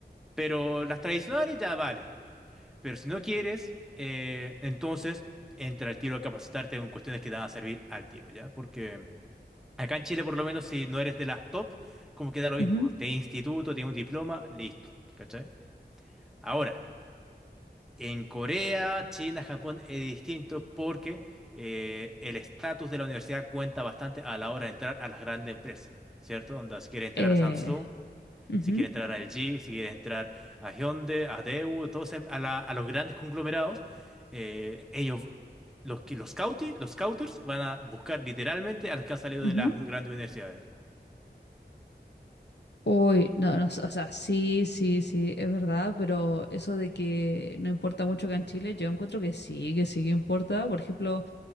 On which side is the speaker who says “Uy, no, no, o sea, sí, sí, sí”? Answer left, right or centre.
Left